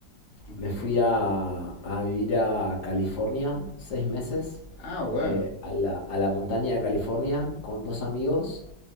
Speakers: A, on the left; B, on the left.
A: Ok.
B: Me fui a, a vivir a California seis meses,
A: Ah, bueno.
B: eh, a la, a la montaña de California con dos amigos.